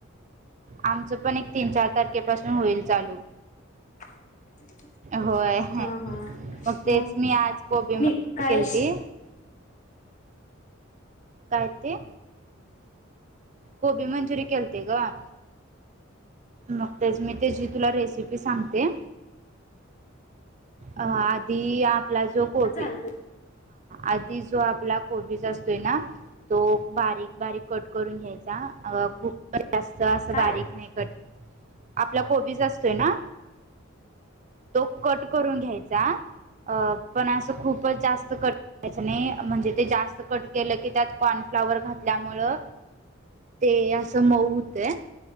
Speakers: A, on the right; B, on the left.
A: आमचं पण एक तीन चार तारखेपासून होईल चालू
B: क
A: होय मग
B: हा हा
A: तेच
B: मग
A: मी आज कोबी मंचुरी
B: म कायश
A: केलती कायते गोबी मंचुरी केलती ग का मग तेच मी तेझी तुला रेसिपी सांगते अ आधी आपला जो कोबी
B: चालते
A: आधी जो आपलाकोबी कोबीच असतोय ना तो बारीक बारीक कट करून घ्यायचा खूप जास्त असं
B: काय
A: बारीक नाही कट आपला कोबीज असतोय ना तो कट करून घ्यायचा अ पण असं खूपच जास्त कट करायच नाही म्ह णजे ते जास्त कट केलं की त्यात कॉन फ्लावर घातल्यामुळं ते असं मऊ हुतंय